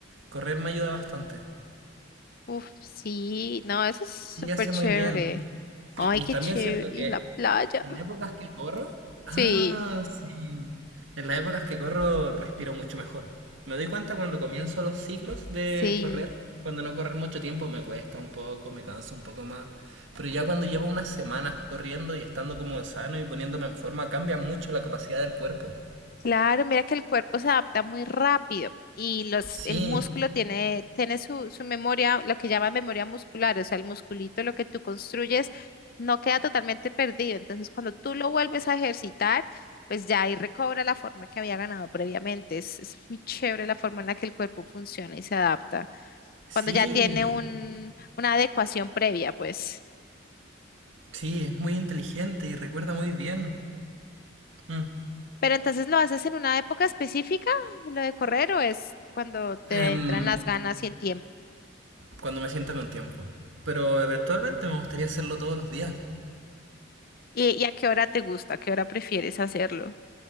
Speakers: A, on the right (about 75°); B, on the left (about 50°).
A: correr me ayuda bastante.
B: Uf, sí, no, eso es súper
A: Sí, hace
B: chévere.
A: muy bien. Sí,
B: Ay,
A: y
B: qué
A: también
B: chévere.
A: siento
B: Y
A: que
B: la playa.
A: en épocas que corro, ah,
B: Sí,
A: sí, en las épocas que corro respiro mucho mejor. Me doy cuenta cuando comienzo los ciclos de
B: sí.
A: correr, cuando no correr mucho tiempo me cuesta un poco, me canso un poco más, pero ya cuando llevo unas semanas corriendo y estando como sano y poniéndome en forma, cambia mucho la capacidad del cuerpo.
B: Claro, mira que el cuerpo se adapta muy rápido y los,
A: Sí,
B: el músculo tiene, tiene su, su memoria, lo que llaman memoria muscular, o sea, el musculito, lo que tú construyes, no queda totalmente perdido. Entonces, cuando tú lo vuelves a ejercitar, pues ya ahí recobra la forma que había ganado previamente. Es, es muy chévere la forma en la que el cuerpo funciona y se adapta.
A: sí,
B: Cuando ya tiene un, una adecuación previa, pues.
A: Sí, es muy inteligente y recuerda muy bien. Mm.
B: Pero entonces lo haces en una época específica, lo de correr, o es cuando te
A: Em,
B: entran las ganas y el tiempo.
A: cuando me sienta con tiempo. Pero eventualmente me gustaría hacerlo todos los días.
B: ¿Y, y a qué hora te gusta? ¿A qué hora prefieres hacerlo?